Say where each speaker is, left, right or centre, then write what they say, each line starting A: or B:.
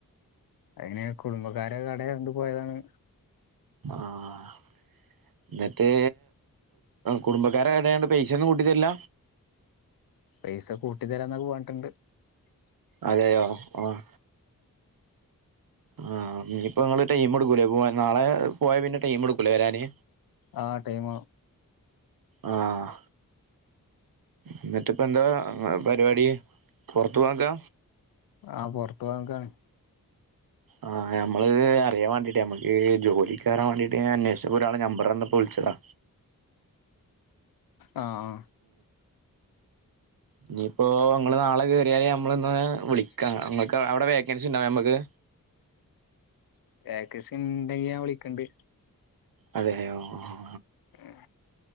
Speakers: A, on the left; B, on the right.
A: അങ്ങനെ കുടുംബക്കാര കട കണ്ട് പോയതാണ്
B: ആഹ് എന്നിട്ടേ കുടുംബക്കാര കടയൊണ്ട് പൈസൊന്നും കൂട്ടിതരില്ല
A: പൈസ കൂട്ടി തരാന്നൊക്കെ പറഞ്ഞിട്ടുണ്ട്
B: അതയോ ആഹ് ആഹ് ഇപ്പൊ നിങ്ങള് ടൈം എടുക്കൂലേ പോ നാളെ പോയ പിന്നെ ടൈം എടുക്കൂലേ വരാന്
A: ആഹ് ടൈം
B: ആഹ് എന്നിട്ട ഇപ്പ എന്താ പരിപാടി പുറത്ത് പോകാ നിക്ക
A: ആ പുറത്തു പോവാൻ നിക്കാണ്
B: ആഹ് നമ്മള് അറിയാൻ വേണ്ടീട്ടേ നമ്മക്ക് ജോലി കയറാൻ വേണ്ടീട്ട് ഞാൻ അന്വേഷിച്ചപ്പോ ഒരാളെ നമ്പർ തന്നപ്പോ വിളിച്ചതാ
A: ആ ആ
B: ഇനിയിപ്പോ ങ്ങള് നാളെ കേറിയാല് നമ്മള് ഇന്ന് വിളിക്കാ ങ്ങക്ക് അവിടെ വേക്കൻസി ഉണ്ടൊ ഞമ്മക്ക്
A: വെക്കസിണ്ടെങ്കി ഞാൻ വിളിക്കണ്ട്
B: അതെയൊ അ
A: ഉം